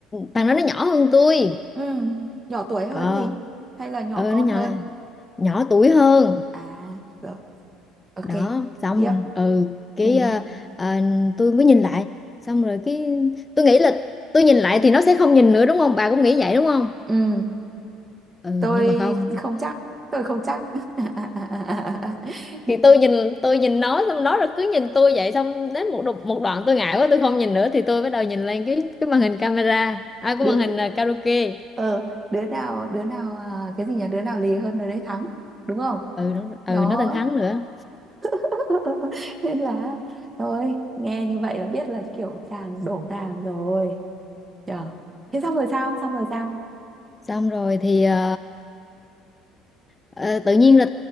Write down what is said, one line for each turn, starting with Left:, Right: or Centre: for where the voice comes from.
Left: thằng đó nó nhỏ hơn tôi.
Right: ừ nhỏ tuổi hơn
Left: Ờ,
Right: gì hay là nhỏ
Left: ờ
Right: con
Left: nó nhỏ
Right: hơn
Left: nhỏ tuổi hơn.
Right: à rồi ok
Left: đó xong
Right: tiếp
Left: ừ cái
Right: ừ
Left: ờ, ờ, tôi mới nhìn lại xong rồi cái tôi nghĩ là tôi nhìn lại thì nó sẽ không nhìn nữa đúng không bà cũng nghĩ vậy đúng không
Right: ừ
Left: ừ
Right: tôi
Left: nhưng mà không
Right: không chắc tôi không chắc <laughs>
Left: thì tôi nhìn tôi nhìn nó xong nó rồi cứ nhìn tôi vậy xong đến một đo- một đoạn tôi ngại quá tôi không nhìn nữa thì tôi bắt đầu nhìn lên cái cái màn hình camera à
Right: đứa
Left: cái màn hình ờ, karaoke
Right: ờ đứa nào đứa nào à, cái gì nhỉ đứa nào lì hơn đứa đấy thắng đúng không
Left: ừ đúng rồi.
Right: đó
Left: ừ nó tên Thắng nữa
Right: <laughs> nên là thôi nghe như vậy là biết là kiểu chàng đổ nàng rồi nhờ thế xong rồi sao xong rồi sao
Left: xong rồi thì ờ, ờ, tự nhiên là